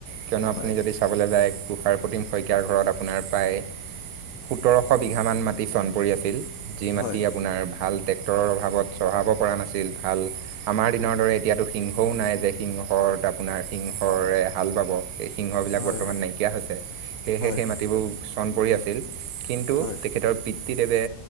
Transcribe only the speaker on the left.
হয়
হয়
হয়
হয়
হয়
হয়